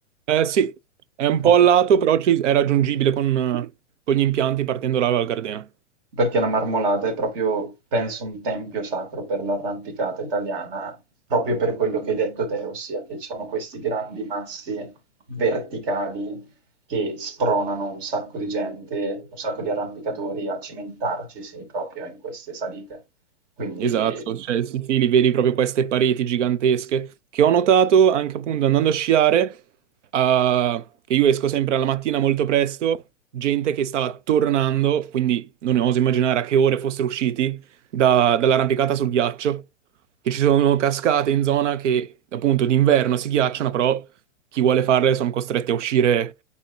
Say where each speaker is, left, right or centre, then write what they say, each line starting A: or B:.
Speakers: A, on the right; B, on the right.
A: eh, sì, è un po'
B: Ok.
A: a lato, però ci- è raggiungibile con, eh, con gli impianti partendo dalla Val Gardena.
B: Perché la Marmolada è proprio, penso, un tempio sacro per l'arrampicata italiana, proprio per quello che hai detto te, ossia che ci sono questi grandi massi verticali che spronano un sacco di gente, un sacco di arrampicatori a cimentarcisi proprio in queste salite. Quindi
A: Esatto, cioè sì, sì, li vedi proprio queste pareti gigantesche che ho notato anche appunto andando a sciare, ah, che io esco sempre alla mattina molto presto, gente che stava tornando, quindi non oso immaginare a che ore fossero usciti da- dall'arrampicata sul ghiaccio, che ci sono cascate in zona che appunto d'inverno si ghiacciano, però chi vuole farle sono costretti a uscire